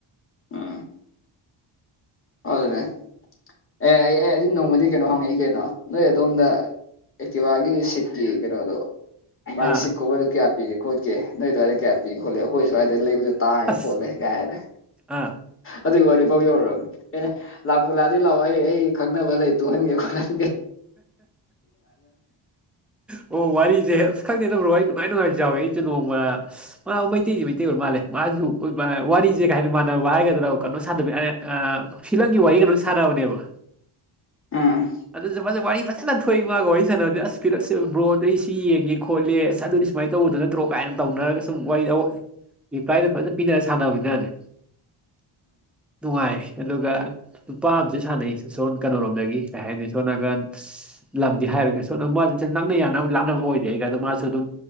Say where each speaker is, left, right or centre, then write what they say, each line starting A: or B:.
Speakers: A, on the left; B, in the centre.
A: ꯑꯥ ꯑꯗꯨꯅꯦ ꯑꯦ ꯑꯩ ꯑꯩ ꯑꯩꯗꯤ ꯅꯣꯡꯃꯗꯤ ꯀꯩꯅꯣ ꯍꯪꯉꯛꯏ ꯀꯩꯅꯣ ꯅꯣꯏ ꯑꯗꯣꯝꯗ ꯑꯦꯛꯇꯤꯕ ꯁꯤꯀꯤ ꯀꯩꯅꯣꯣ ꯃꯥꯒꯤ
B: ꯑꯥ
A: ꯁꯤꯀꯤꯣ ꯀ ꯄꯤꯒꯦ ꯈꯠꯀ ꯅꯣꯏ ꯑꯗꯨꯋꯥꯏ ꯀꯌꯥ ꯄꯤꯒ ꯈꯣꯠꯂꯦꯣ ꯑꯩꯈꯣꯏ ꯁ꯭ꯋꯥꯏꯗ ꯂꯩꯕꯗ ꯇꯥꯡꯉꯦ
B: ꯑꯁ
A: ꯈꯣꯠꯂꯦ ꯀꯥꯏꯔꯦ
B: ꯑꯥ
A: ꯑꯗꯨꯏ ꯋꯥꯔꯤꯐꯥꯎ ꯌꯧꯔꯑꯕꯅꯤ ꯑꯩꯅ ꯂꯥꯛꯄ ꯂꯥꯛꯑꯗꯤ ꯂꯥꯛꯑꯣ ꯑꯩ ꯑꯩ ꯈꯪꯅꯕ ꯂꯩ ꯇꯨꯍꯟꯒꯦ ꯈꯣꯠꯍꯟ
B: ꯑꯣ ꯋꯥꯔꯤꯁꯦ ꯑ ꯈꯪꯗꯦ ꯅꯠꯇꯕ꯭ꯔꯣ ꯑꯩ ꯅꯨꯡꯉꯥꯏ ꯅꯨꯡꯉꯥꯏꯁꯨ ꯆꯥꯎꯋꯦ ꯑꯩꯁꯨ ꯅꯣꯡꯃ ꯃꯥ ꯃꯩꯇꯩꯗꯤ ꯃꯩꯇꯩ ꯑꯣꯏꯔ ꯃꯥꯜꯂꯦ ꯃꯥꯁꯨ ꯋꯥꯔꯤꯁꯦ ꯀꯩ ꯍꯥꯏꯅꯤ ꯃꯥꯟꯅꯕ ꯍꯥꯏꯒꯗ꯭ꯔꯣ ꯀꯩꯅꯣ ꯁꯥꯟꯗꯕꯤ ꯐꯤꯂꯝꯒꯤ ꯋꯥꯔꯤ ꯀꯩꯅꯣꯝ ꯁꯥꯟꯅꯕꯅꯦꯕ
A: ꯑꯝ
B: ꯑꯗꯨꯁꯨ ꯋꯥꯔꯤ ꯐꯖꯅ ꯊꯣꯛꯏ ꯃꯥꯒ ꯋꯥꯔꯤ ꯁꯥꯟꯅꯕꯅꯦ ꯑꯁ ꯄꯤꯔꯛꯁꯦ ꯕꯣꯗ ꯑꯩ ꯁꯤ ꯌꯦꯡꯦ ꯈꯣꯠꯂꯦꯁ ꯑꯗꯨꯗꯤ ꯁꯨꯃꯥꯏꯅ ꯇꯧꯕꯗꯣ ꯅꯠꯇ꯭ꯔꯣ ꯀꯥꯏꯅ ꯇꯧꯅꯔꯒ ꯁꯨꯝ ꯋꯥꯔꯤꯄ꯭ꯂꯥꯏꯗ ꯐꯖꯅ ꯄꯤꯅꯔ ꯁꯥꯟꯅꯕꯅꯕꯅꯤꯅꯅꯤ ꯅꯨꯡꯉꯥꯏ ꯑꯗꯨꯒ ꯅꯨꯄꯥ ꯑꯝꯁꯨ ꯁꯥꯟꯅꯩꯁꯣꯟ ꯀꯩꯅꯔꯣꯝꯗꯒꯤ ꯀꯩ ꯍꯥꯏꯅꯤ ꯁꯣꯅꯥꯀꯟ ꯂꯝꯗꯤ ꯍꯥꯏꯔꯒꯣꯅ ꯃꯥꯁ ꯅꯪꯅ ꯌꯥꯅꯕ ꯂꯥꯛꯅꯕ ꯑꯣꯏꯗꯦ ꯑꯩꯒꯗꯣ ꯃꯥꯁꯨ ꯑꯗꯨꯝ